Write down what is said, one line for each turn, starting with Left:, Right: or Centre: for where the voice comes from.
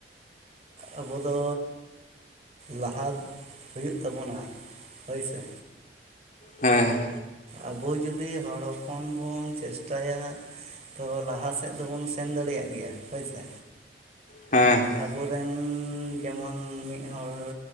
Right: ᱟᱵᱚ ᱫᱚ᱾ ᱞᱟᱦᱟ ᱦᱩᱭᱩᱜ ᱛᱟᱵᱚᱱᱟ ᱦᱳᱭ ᱥᱮ᱾
Left: ᱦᱮᱸ ᱦᱮᱸ
Right: ᱟᱵᱚ ᱡᱩᱫᱤ ᱦᱚᱲ ᱦᱚᱯᱚᱱ ᱵᱚᱱ ᱪᱮᱥᱴᱟ ᱭᱟ᱾ ᱛᱚ ᱞᱟᱦᱟ ᱥᱮᱫ ᱫᱚᱵᱚᱱ ᱥᱮᱱ ᱫᱟᱲᱮᱭᱟᱜ ᱜᱮᱭᱟ ᱦᱳᱭ ᱥᱮ᱾
Left: ᱦᱮᱸ ᱦᱮᱸ᱾
Right: ᱟᱵᱚ ᱨᱮᱱ ᱡᱮᱢᱚᱱ ᱢᱤᱫ ᱦᱚᱲ